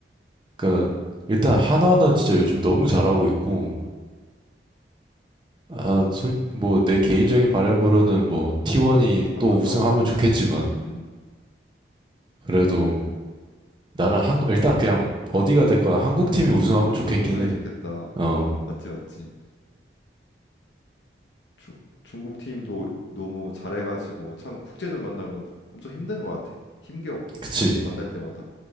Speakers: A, on the right; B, on the left.
A: 그러니까 일단 한화는 진짜 요즘 너무 잘하고 있고
B: 음,
A: 아, 솔뭐 내 개인적인 바람으로는
B: 음.
A: 뭐 T1이
B: 한
A: 또
B: 번
A: 우승하면
B: 더.
A: 좋겠지만
B: 음. 음.
A: 그래도 나는 한 일단 그냥 어디가 될 거야 한국 팀이 우승하면
B: 한국
A: 좋겠긴
B: 팀이 우승해
A: 해.
B: 좋겠다.
A: 어,
B: 음, 맞지, 맞지. 주, 중국 팀도 너무 잘해가지고 참 국제전 만나면 엄청 힘든 것 같아. 힘겨워.
A: 그치.
B: 중국 팀 만날 때마다